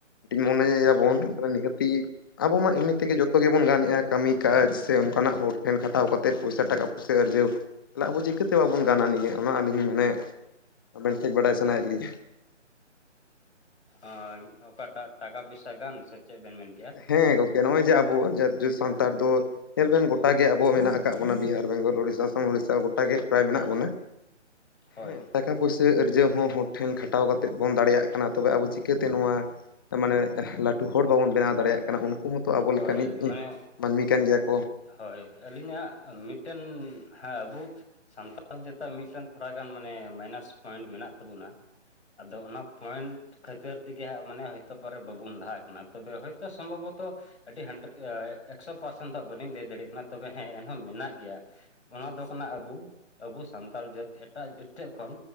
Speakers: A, on the left; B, on the left.
A: ᱢᱚᱱᱮᱭᱮᱭᱟᱵᱚᱱ ᱱᱤᱦᱟᱹᱛᱤ ᱟᱵᱚ ᱢᱟ ᱤᱱᱟᱹ ᱛᱤᱜᱤ ᱡᱚᱛᱚ ᱜᱮᱵᱚᱱ ᱜᱟᱱᱮᱫᱼᱟ ᱠᱟᱹᱢᱤ ᱠᱟᱡᱽ ᱥᱮ ᱚᱱᱠᱟᱱᱟᱜ ᱦᱚᱲ ᱴᱷᱮᱱ ᱠᱷᱟᱴᱟᱣ ᱠᱟᱛᱮ ᱯᱚᱭᱥᱟ ᱴᱟᱠᱟ ᱯᱩᱭᱥᱟᱹ ᱟᱨᱡᱟᱹᱣ ᱪᱟᱞᱟᱜᱵᱚ ᱪᱤᱠᱟᱹᱛᱮ ᱪᱮ ᱵᱟᱵᱚᱱ ᱜᱟᱱᱟ ᱱᱤᱭᱟᱹ ᱚᱱᱟ ᱟᱹᱞᱤᱧ ᱢᱮᱱᱮ ᱟᱵᱮᱱ ᱴᱷᱮᱡ ᱵᱟᱲᱟᱭ ᱥᱟᱱᱟᱭᱮᱫ ᱞᱤᱧᱟᱹ
B: ᱦᱚᱭ ᱚᱠᱟᱴᱟᱜ ᱴᱟᱠᱟ ᱯᱚᱭᱥᱟ ᱜᱟᱱ ᱥᱮ ᱪᱮᱫ ᱵᱮᱱ ᱢᱮᱱ ᱠᱮᱜᱼᱟ
A: ᱦᱮᱸ ᱜᱚᱝᱠᱮ ᱱᱚᱜᱼᱚᱭ ᱡᱮ ᱟᱵᱚ ᱡᱟᱹᱛ ᱥᱟᱱᱛᱟᱲ ᱫᱚ ᱧᱮᱞ ᱵᱮᱱ ᱜᱚᱴᱟ ᱜᱮ ᱟᱵᱚ ᱢᱮᱱᱟᱜ ᱟᱠᱟᱫ ᱵᱚᱱᱟ ᱵᱤᱦᱟᱨ ᱵᱮᱝᱜᱚᱞ ᱩᱲᱤᱥᱟ ᱟᱥᱟᱢ ᱩᱲᱤᱥᱟ ᱜᱚᱴᱟᱜᱮ ᱯᱨᱟᱭ ᱢᱮᱱᱟᱜ
B: ᱦᱳᱭ
A: ᱵᱚᱱᱟ
B: ᱦᱳᱭ
A: ᱦᱮᱸ ᱴᱟᱠᱟ ᱯᱩᱭᱥᱟᱹ ᱟᱹᱨᱡᱟᱹᱣ ᱦᱚᱸ ᱦᱚᱲ ᱴᱷᱮᱱ ᱠᱷᱟᱴᱟᱣ ᱠᱟᱛᱮᱫ ᱵᱚᱱ ᱫᱟᱲᱮᱭᱟᱜ ᱠᱟᱱᱟ ᱛᱚᱵᱮ ᱟᱵᱚ ᱪᱤᱠᱟᱹᱛᱮ ᱱᱚᱶᱟ ᱢᱟᱱᱮ ᱞᱟᱹᱴᱩ ᱦᱚᱲ ᱵᱟᱵᱚᱱ ᱵᱮᱱᱟᱣ ᱫᱟᱲᱮᱭᱟᱜ ᱠᱟᱱᱟ ᱩᱱᱠᱩ ᱦᱚᱸᱛᱚ ᱟᱵᱚ
B: ᱦᱳᱭ
A: ᱞᱮᱠᱟᱱᱤᱡ
B: ᱢᱟᱱᱮ
A: ᱢᱟᱹᱱᱢᱤ ᱠᱟᱱ ᱜᱮᱭᱟ ᱠᱚ
B: ᱦᱳᱭ ᱟᱹᱞᱤᱧᱟᱜ ᱢᱤᱫᱴᱮᱱ ᱦᱮᱸ ᱟᱵᱩ ᱥᱟᱱᱛᱟᱲ ᱡᱟ. ᱛᱟᱜ ᱢᱤᱫᱴᱮᱱ ᱛᱷᱚᱲᱟ ᱜᱟᱱ ᱢᱟᱱᱮ ᱢᱟᱭᱱᱟᱥ ᱯᱚᱭᱮᱱᱴ ᱢᱮᱱᱟᱜ ᱛᱟᱵᱚᱱᱟ ᱟᱫᱚ ᱚᱱᱟ ᱯᱚᱭᱮᱱᱴ ᱠᱷᱟᱹᱛᱤᱨ ᱛᱮᱜᱮ ᱦᱟᱜ ᱢᱟᱱᱮ ᱦᱚᱭᱛᱚ ᱯᱚᱨᱮ ᱵᱟᱵᱩᱱ ᱞᱟᱦᱟᱜ ᱠᱟᱱᱟ ᱛᱚᱵᱮ ᱦᱚᱭᱛᱚ ᱥᱚᱢᱵᱷᱚᱵᱚᱛ ᱛᱚ ᱟᱹᱰᱤ ᱦᱟᱱᱰ ᱮᱠᱥᱚ ᱯᱟᱨᱥᱮᱱ ᱫᱚ ᱵᱟᱹᱞᱤᱧ ᱞᱟᱹᱭ ᱫᱟᱲᱮᱭᱟᱜ ᱠᱟᱱᱟ ᱛᱚᱵᱮ ᱦᱮᱸ ᱮᱱᱦᱚᱸ ᱢᱮᱱᱟᱜ ᱜᱮᱭᱟ ᱚᱱᱟ ᱫᱚ ᱠᱟᱱᱟ ᱟᱵᱩ ᱟᱵᱩ ᱥᱟᱱᱛᱟᱞ ᱡᱟᱹᱛ ᱮᱴᱟᱜ ᱡᱟᱹᱛ ᱴᱷᱮᱜ ᱠᱷᱚᱱ